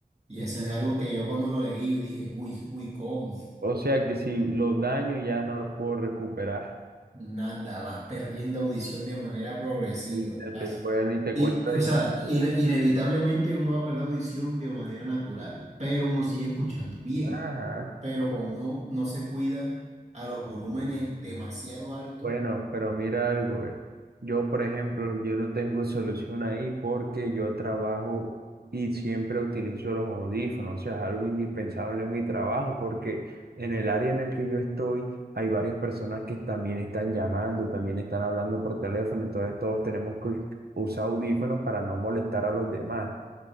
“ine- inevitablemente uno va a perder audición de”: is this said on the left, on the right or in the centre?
Right